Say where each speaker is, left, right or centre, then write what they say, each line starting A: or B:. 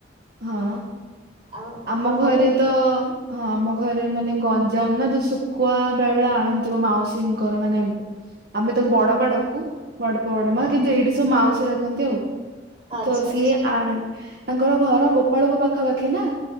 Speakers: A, on the right (about 55°); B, on the right (about 30°).
A: ହଁ।
B: ଆଉ
A: ଆମ
B: ଆପଣ
A: ଘରେ
B: ଖାଇଛନ୍ତି
A: ତ, ହଁ ଆମ ଘରେ ମାନେ, ଗଞ୍ଜାମ ନା ତ ଶୁଖୁଆ ବେଳେ ବେଳେ ଆଣନ୍ତିିବ ମାଉସୀଙ୍କର ମାନେ, ଆମେ ତାକୁ ବଡ ବାଡକୁ ବଡପ ବଡମା
B: ହଁ
A: କିନ୍ତୁ ଏଇଟି ସବୁ ମାଉସୀ ର କହନ୍ତି ଆଉ।
B: ଆଚ୍ଛା
A: ତ ସିଏ
B: ଆଚ୍ଛା
A: ଆଣନ୍ତି। ତାଙ୍କର ଘର ଗୋପାଳପୁ ପାଖାପାଖି ନା।